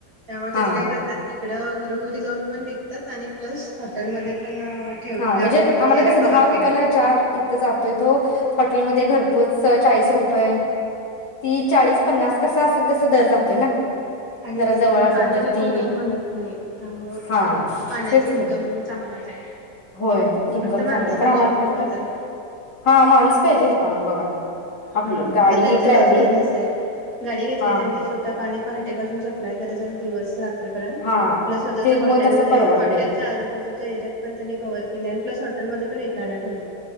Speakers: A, on the right; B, on the left.
A: त्यामुळे त्यांनी
B: हा
A: काय करतात इकडं घरोघरी जाऊन पण विकतात. आणि प्लस हॉटेलमध्ये पण ठेव
B: हा म्हणजे
A: आजूबाजूचा
B: आम्हाला
A: एरिया
B: कस
A: कव्हर
B: दहा रुपयाला
A: केला त्यांनी
B: जार इथं जातोय तो हॉटेलमध्ये घरपोच चाळीस रुप तीस चाळीस पन्नास कस असेल तस दर जातोय ना.
A: आणि
B: जरा
A: मेन
B: जवळ असेल
A: पाणीला
B: तर ती
A: कोण नाही म्हणत नाही त्यामुळ
B: हा
A: पाण्याच
B: तेच
A: इन्कम
B: की
A: चांगलाच आहे.
B: होय इन्कम
A: फक्त माणसं
B: चांगला आहे
A: पाहिजे
B: पण. आम्हाला
A: आपल्याकडे
B: कसं
A: त्याला
B: हा माणूस पाहिजे रिकामग बघा. आपलं
A: हम
B: गाडी
A: म त्यांचा
B: ट्रॅव्हलिंग
A: तोच बिझनेस आहे गाडी घेतली
B: हा
A: त्यांनी
B: हा
A: स्वतः पाणी प बसून सप्लाय करायचा दिवस रात्र. प
B: हा
A: स्वतःच्या
B: ते
A: हॉटेल
B: मग तसं परवडते
A: हॉटेलच्या आजूबाजूच्या एरियात पण त्यांनी कवर केल्या आणि प्लस हॉटेलमध्ये पण विकायला ठेवलं.